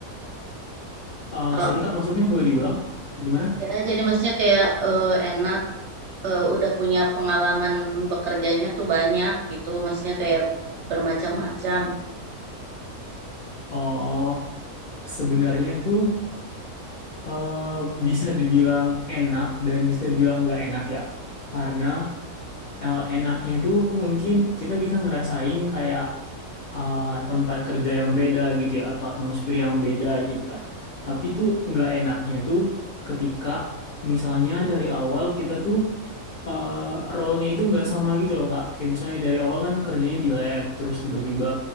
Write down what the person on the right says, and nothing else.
Kalau
ya jadi maksudnya kayak eh, enak eh, udah punya pengalaman bekerjanya tuh banyak gitu, maksudnya kayak bermacam-macam.